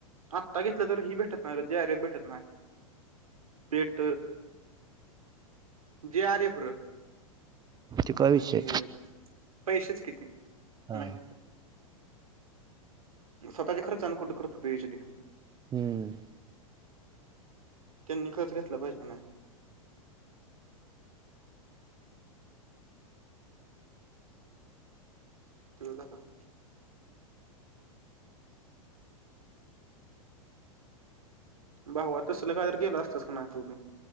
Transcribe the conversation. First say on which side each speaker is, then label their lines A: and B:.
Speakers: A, on the right (about 75°); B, on the right (about 20°).
A: आत्ता घेतलं तर ही भेटत नाही ज्यारे <unintelligible> भेटत नाही. पेट जे आरिफर.
B: ते काय विषय
A: म्हणजे पैसेच कि ते
B: हा
A: न. स्वतःच्या खर्चाने कुठ करतो पीएचडी.
B: हम्म
A: त्यांनी खर्च घेतला पाहिजे म्हणा. <unintelligible> भावा तसला काय तर केलं असतं काना तूपण.